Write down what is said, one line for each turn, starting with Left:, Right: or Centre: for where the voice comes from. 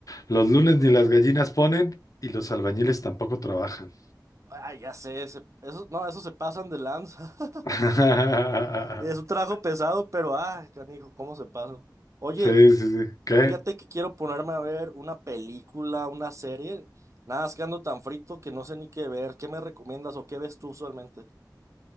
Left: los lunes ni las gallinas ponen y los albañiles tampoco trabajan.
Right: Ay, ya sé, se- eso, no, eso se pasan de lanza. <laughs>
Left: <laughs>
Right: Es un trabajo pesado, pero, ay, canijo, ¿cómo se pasan? Oye,
Left: Sí, sí, sí. ¿Qué?
Right: fíjate que quiero ponerme a ver una película, una serie. Nada, es que ando tan frito que no sé ni qué ver. ¿Qué me recomiendas o qué ves tú usualmente?